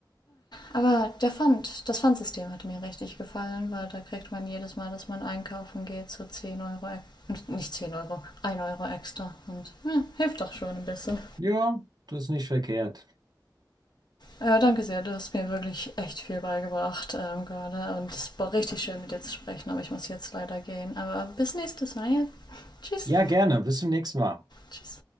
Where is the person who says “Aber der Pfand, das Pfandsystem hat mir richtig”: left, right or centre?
Left